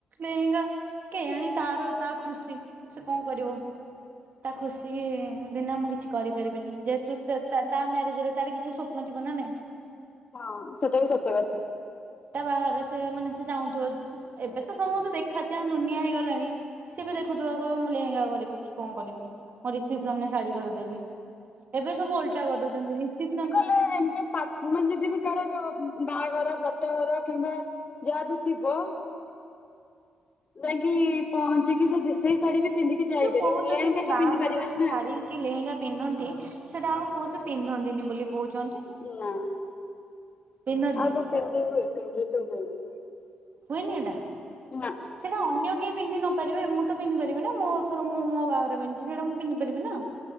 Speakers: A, on the right; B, on the left.
A: ଲେହେଙ୍ଗା କେଇଆଣୀ ତାର ତା ଖୁସି ସେ କଣ କରିବ। ତା ଖୁସି ବିନା ମୁଁ କିଛି କରିପାରିବିନି ଯେହେତୁ ତା ତା ତା ମ୍ୟାରେଜରେ ତାର କିଛି ସ୍ୱ ସ୍ୱପ୍ନ ଥିବ ନା ନାଇଁ।
B: ହଁ ସେଟା ବି ସତ କଥା।
A: ତା ବାହାଘରରେ ସେ ମାନେ ସେ ଚାହୁଁଥିବ ଏବେତ ସମତେ ଦେଖା ଚାଁ ଦୁନିଆ ହେଇଗଲାଣି। ସିଏବି ଦେଖୁଥିବ ମୁଁ ଲେହେଙ୍ଗା କରିବି କି କଣ କରିବି ମୋ ରିସେପସନରେ ଶାଢୀ କରିଦେବି। ଏବେ ସବୁ ଓଲଟା କରିଦଉଚନ୍ତି ରିସିପସନ
B: ହେଲେ ଏମ୍ତି ପା ମାନେ ଜି ଜିଏବି ତାର ଯୋ ବାଆଘର ବ୍ରତଘର କିମ୍ବା ଯାହା ବି ଥିବ ଯାଇକି ପହଞ୍ଚିକି ସେ ଯେ ସେଇ ଶାଡି ବି ପିନ୍ଧିକି ଯାଇ
A: ଯୋଉ
B: ପାରିବ
A: କହୁଛନ୍ତି
B: ଲେହେଙ୍ଗା
A: କି
B: ତ
A: ବାହାଘର
B: ପିନ୍ଧି ପାରିବାନି
A: ଯୋଉ
B: ନା।
A: ଶାଢୀ କି ଲେହେଙ୍ଗା ପିନ୍ଧନ୍ତି ସେଟା ଆଉ କୋଉଥିରେ ପିନ୍ଧନ୍ତିନି ବୋଲି କହୁଚନ୍ତି।
B: ନା
A: ପିନ୍ଧନ୍ତି।
B: ଆଉ କଣ ପିନ୍ଧି ହୁଏ ପିନ୍ଧି ତ ହୁଏନି।
A: ହୁଏନି ଏଟା
B: ନା
A: ସେଟା ଅନ୍ୟ କିଏ ପିନ୍ଧି ନ ପାରିବେ ମୁଁତ ପିନ୍ଧି ପାରିବିନା ମୁଁ ଥର ମୁଁ ମୋ ବାହାଘରେ ପିନ୍ଧିଥିବି ମୁଁ ପିନ୍ଧିପାରିବି ନା।